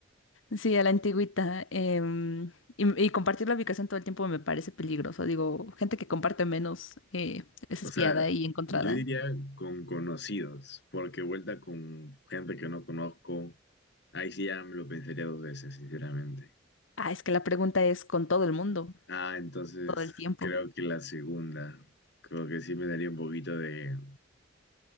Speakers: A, on the left; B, on the left.
A: Sí, a la antigüita. em, y, y compartir la ubicación todo el tiempo me parece peligroso. Digo, gente que comparte menos eh, es
B: O
A: espiada
B: sea,
A: y encontrada.
B: yo diría con conocidos, porque vuelta con gente que no conozco, ahí sí ya me lo pensaría dos veces, sinceramente.
A: Ah, es que la pregunta es con todo el mundo,
B: Ah, entonces
A: todo el tiempo.
B: creo que la segunda, creo que sí me daría un poquito de